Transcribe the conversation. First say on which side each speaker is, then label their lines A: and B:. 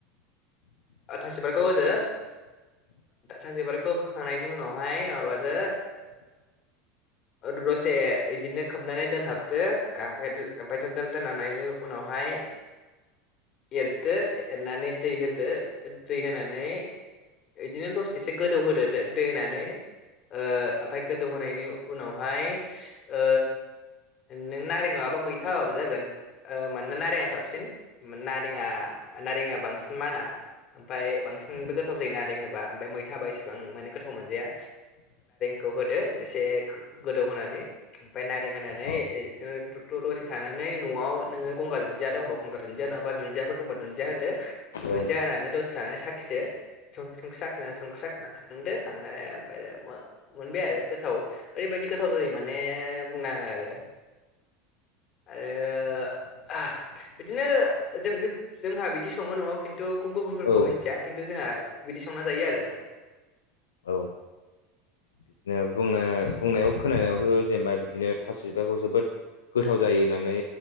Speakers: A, on the left; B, on the left.
A: थास'बिबारखौ होदो थास'बिबारखौ होखांनायनि उनावहाय माबादो ओ दसे बिदिनो खोबनानै दोनहाबदो ओमफ्राय ओमफ्राय दोननानै दोनहाबनायनि उनावहाय एरदो एरनानै दैै होदो दै होनानै बिदिनो दसेस गोदौहदो दै होनानै ओ ओमफफ्राय गोदौहोनायनि उनावहाय ओ नों नारें नंङाबा मैथा होबाबो जागोन ओ मानोना नारेंआ साबसिन नारेंङा नारेंङा बांसिन माना ओमफ्राय बांसिनबो
B: उम
A: गोथाव जायो नारेंहोबा मैथा एसेबां गोथाव मोनजाया खौ होदो एसे गोदौ होनानै ओमफ्राय नारें होनानै
B: औ
A: बिदिनो' दसे थानानै नै न'आव नोङो गगार दुन्दिया दंब गंगार दुन्दिया नंङाबा दुन्दियाफोर दंबा दुन्दिया होदो दुनदिया
B: औ
A: होनानै दसे खानानै साखिदो संख्रि साखिनानै संख्रि साखिनानै खांदो खांनानै ओमफ्राय मोनबाय आरो गोथाव ओरैबायाददि गोथाव जायो माने बुंनाङो आरो आरो <unintelligible> बिदिनो जों जोंहा बिदि संङो न'आव खिन्थुुन गुबुनफोरखौ
B: औ
A: मिथिया खिन्थु जोंहा बिदि संना जायो आरो
B: औ बिदिनो बुंनाय बुंनायाव खोनानायावथ' जेनेबा बिदिनो थास' बिबारखौ जोबोद गोथाव जायो होननानै